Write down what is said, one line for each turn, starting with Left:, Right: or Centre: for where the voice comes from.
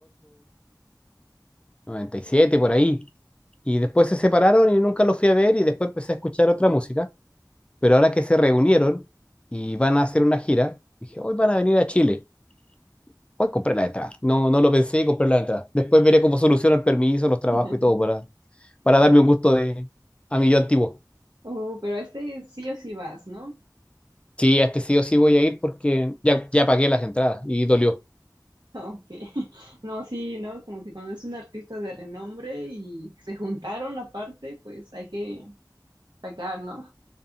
Left: 99, 98, 97, por ahí. Y después se separaron y nunca los fui a ver y después empecé a escuchar otra música. Pero ahora que se reunieron y van a hacer una gira, dije, hoy van a venir a Chile. Hoy compré la entrada. No, no lo pensé y compré la entrada. Después veré cómo soluciono el permiso, los trabajos
Right: <laughs>
Left: y todo para, para darme un gusto de, a mi yo antiguo.
Right: Oh, pero a este sí o sí vas, ¿no?
Left: Sí, a este sí o sí voy a ir porque ya, ya pagué las entradas y dolió.
Right: Ok. <laughs> No, sí, ¿no? Como que cuando es un artista de renombre y se juntaron aparte, pues hay que sacar, ¿no?